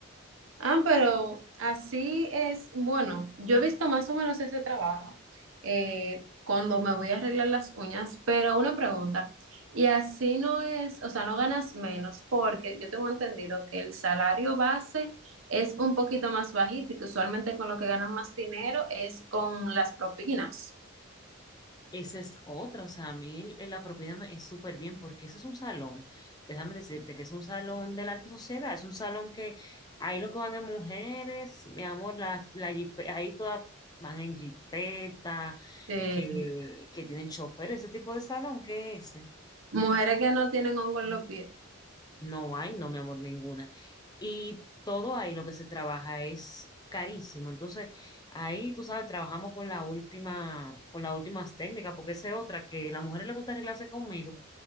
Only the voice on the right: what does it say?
Ah, pero así es, bueno, yo he visto más o menos ese trabajo eh, cuando me voy a arreglar las uñas, pero una pregunta, y así no es, o sea, no ganas menos porque yo tengo entendido que el salario base es un poquito más bajito y que usualmente con lo que ganan más dinero es con las propinas.
eh,
mujeres que no tienen hongo en los pies.